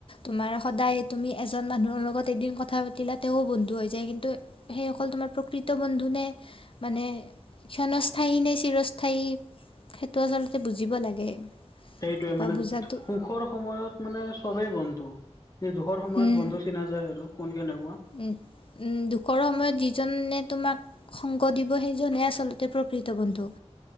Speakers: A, on the left; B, on the left.
A: তোমাৰ সদায় তুমি এজন মানুহৰ লগত এদিন কথা পাতিলা, তেৱোঁ বন্ধু হৈ যায় কিন্তু সেইসকল তোমাৰ প্ৰকৃত বন্ধুনে? মানে ক্ষণস্থায়ী নে চিৰস্থায়ী, সেইটো আচলতে বুজিব লাগে।
B: সেইটোৱে
A: বা
B: মানে,
A: বুজাটো
B: সুখৰ সময়ত মানে চবেই বন্ধু। যে দুখৰ সময়ত
A: উম,
B: বন্ধু কিনা যায় আৰু কোন কেনেকুৱা।
A: উম। দুখৰ সময়ত যিজনে তোমাক সংগ দিব, সেইজনহে আচলতে প্ৰকৃত বন্ধু,